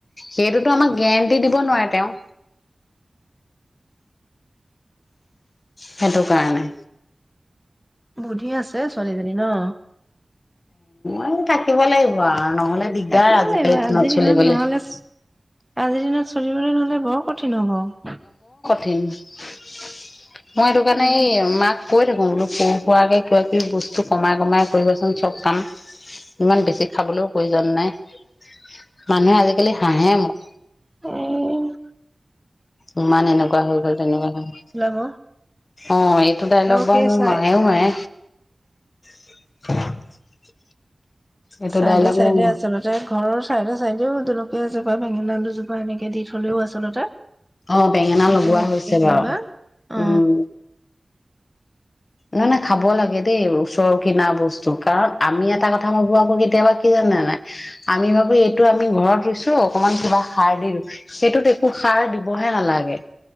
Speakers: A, on the left; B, in the centre.
A: সেইটোতো আমাক গেৰেণ্টি দিব নোৱাৰে তেওঁ। সেইটো কাৰণে
B: বুদ্ধি আছে ছোৱালীজনীৰ ন?
A: অ' থাকিব লাগিব আৰু নহ'লে দিগদাৰ
B: থাকিব
A: আজিকালিৰ
B: লাগিব
A: দিনত
B: আজিৰ
A: চলিবলে।
B: নহ'লে আজিৰ দিনত চলিবলৈ নহ'লে বৰ কথা <unintelligible>
A: ঠনি <inaudible> মই এইটো কাৰণে
B: উম,
A: এই মাক কৈ থাকো বোলো সৰু সুুৱাকে কিবা কিবি বস্তু কমাই কমাই কৰিবচোন চব কাম। ইমান বেছি খাবলৈও প্ৰয়োজন নাই। মানুহে আজিকালি হাঁহে মোক।
B: উ
A: ইমান এনেকুৱা হৈ গল তেনেকুৱা হৈ
B: ওলাব
A: অ' এইটো ডাইলগ
B: আৰু
A: বাৰু
B: সেই
A: মোৰ
B: চাই
A: মায়ো মাৰে। <inaudible> এইটো
B: চাইদে-চাইদে
A: ডাইলগ মোৰ মা
B: আচলতে ঘৰৰ চাইডে-চাইডেও দুলকিয়া এজোপা, বেঙেনা দুুজোপা এনেকে দি থ'লেও আচলতে।
A: অ' বেঙেনা লগোৱা
B: তেনেকে
A: হৈছে
B: কেতিয়াবা
A: বাৰু।
B: অ
A: উম। নহয় নহয় খাব লাগে দেই ওচৰ কিনা বস্তু কাৰণ আমি এটা কথা ভাবো আ মোৰ কেতিয়াবা কি জানে নাই আমি ভাবো এইটো আমি ঘৰত ৰুইছো অকমান কিবা সাৰ দিলো সেইটোত একো সাৰ দিবহে নালাগে।